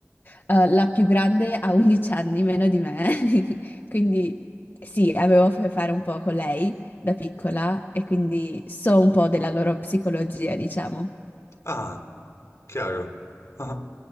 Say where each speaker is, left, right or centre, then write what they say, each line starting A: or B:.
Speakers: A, on the left; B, on the left.
A: eh, la più grande ha <laughs> 11 anni meno di me, <laughs> quindi sì, avevo a che fare un po' con lei da piccola e quindi so un po' della loro psicologia, diciamo.
B: ah. Chiaro. Ah.